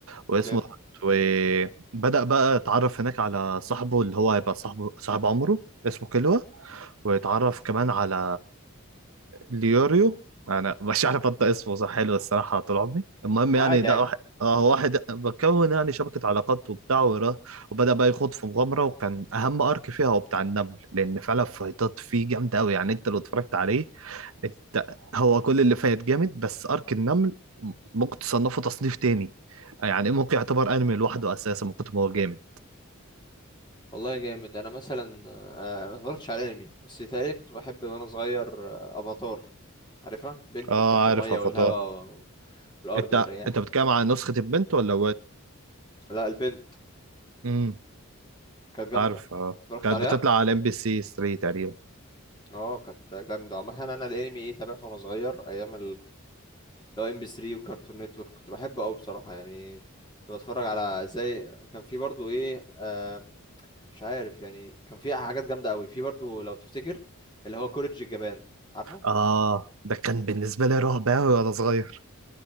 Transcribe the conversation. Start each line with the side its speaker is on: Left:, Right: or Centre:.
Right: واسمه
Left: جامد
Right: وبدأ بقى يتعرف هناك على صاحبه اللي هو هيبقى صاحبه صاحب عمره اسمه كيلوا ويتعرف كمان على ليوريو انا مش عارف انطق اسمه صح حلو الصراحه طول عمري المهم
Left: وعادي
Right: يعني ده
Left: عادي
Right: واحد اه واحد بكون يعني شبكه علاقات وبتاع ورا- وبدا بقى يخوض في مغامره وكان اهم ارك فيها هو بتاع النمل لان فعلا فايتات فيه جامده قوي يعني انت لو اتفرجت عليه انت هو كل اللي فايت جامد بس ارك النمل ممكن تصنفه تصنيف تاني يعني ممكن يعتبر انمي لوحده اساسا من كتر ما هو جامد
Left: والله جامد انا مثلا آه، ما اتفرجتش على انمي بس تقريبا كنت بحب وانا صغير آه، افاتار عارفها بنت
Right: اه
Left: بتاعت
Right: عارف
Left: الميه
Right: افاتار
Left: والهواء والارض
Right: انت
Left: والرياح
Right: انت بتتكلم على نسخه البنت ولا
Left: لا البنت
Right: الواد؟
Left: كانت جامده
Right: عارف اه
Left: اتفرجت
Right: كانت
Left: عليها
Right: بتطلع على ام بي سي 3 تقريبا
Left: اه كانت جامده مثلا انا الانمي ايه تابعته وانا صغير ايام لو ام بي 3 وكارتون نتورك كنت بحبه قوي بصراحه يعني كنت بتفرج على زي كان في برضو ايه آه مش عارف يعني كان في حاجات جامده قوي في برضو لو تفتكر اللي هو كوريدج الجبان عارفه
Right: اه ده كان بالنسبه لي رعب قوي وانا صغير